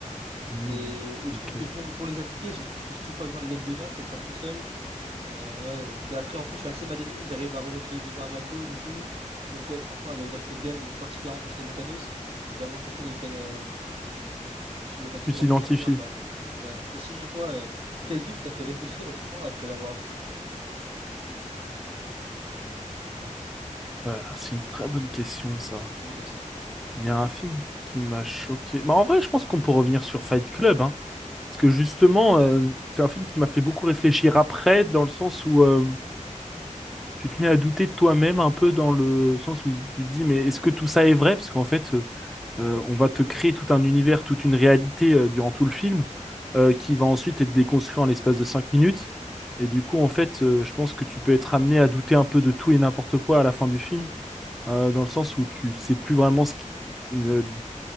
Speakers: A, in the centre; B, on the right.
A: Hmm,
B: Et, et je
A: ok.
B: trouve que pour, pour les appliquer, j'ai j'ai toujours pas besoin de l'aide des gens, je peux le faire tout seul. Euh, ouais, et puis après, en plus, je suis assez magnanime, j'arrive à régler des gens à ma cause et tout. Donc ouais, franchement, elle va dire cette game, et plus particulièrement le personnage de Thanos, c'est vraiment quelque chose auquel, euh, je suis- enfin, qui
A: Tu
B: me
A: t'identifies.
B: représente bien, quoi. Ouais. Et sinon, toi, euh, quel film t'a fait réfléchir longtemps après l'avoir vu?
A: Euh, ah, c'est une très bonne question, ça.
B: Oui, je sais.
A: Il y a un film qui m'a choqué. Bah, en vrai, je pense qu'on peut revenir sur Fight Club, hein. Parce que justement, euh, c'est un film qui m'a fait beaucoup réfléchir après, dans le sens où euh, tu te mets à douter de toi-même un peu dans le sens où tu te dis, mais est-ce que tout ça est vrai? Parce qu'en fait, euh, euh, on va te créer tout un univers, toute une réalité euh, durant tout le film, euh, qui va ensuite être déconstruit en l'espace de cinq minutes. Et du coup, en fait, euh, je pense que tu peux être amené à douter un peu de tout et n'importe quoi à la fin du film, euh, dans le sens où tu sais plus vraiment ce qui- ne-